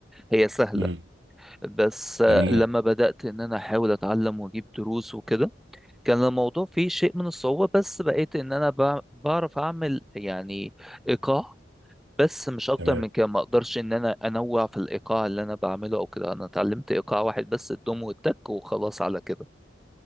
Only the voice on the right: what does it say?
امم
جميل
تمام